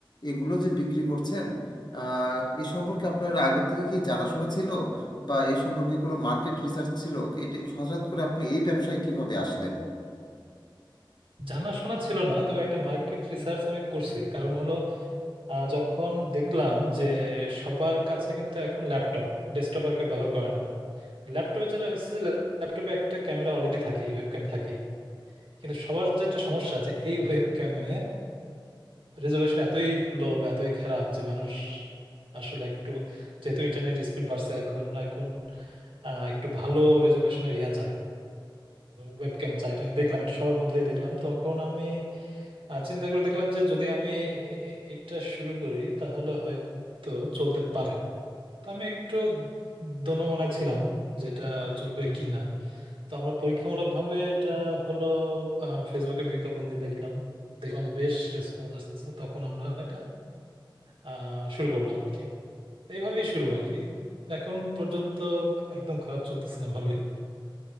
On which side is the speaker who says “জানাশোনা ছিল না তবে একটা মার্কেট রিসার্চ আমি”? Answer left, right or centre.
Right